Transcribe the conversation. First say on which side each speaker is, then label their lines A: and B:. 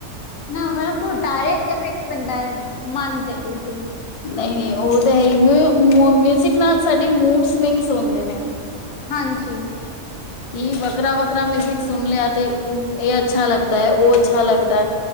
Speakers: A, on the left; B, on the left.
A: ਨਾ ਬਿਲਕੁਲ ਡਾਇਰੇਕਟ ਇਫੈਕਟ ਬਨਦਾ ਐ ਮਨ ਤੇ ਬਿਲਕੁਲ।
B: ਨਈ-ਨਈ ਓ ਤਾਂ ਹੈ ਈ ਮ ਮਿਊਜਿਕ ਨਾਲ ਸਾਡੇ ਮੂਡ ਸਵਿੰਗਸ ਹੁੰਦੇ ਨੇ।
A: ਹਾਂਜੀ।
B: ਕਿ ਵੱਖਰਾ-ਵੱਖਰਾ ਮਿਊਜਿਕ ਸੁਣ ਲਿਆ ਤੇ ਏ ਅੱਛਾ ਲੱਗਦਾ ਐ ਓ ਅੱਛਾ ਲੱਗਦਾ ਐ।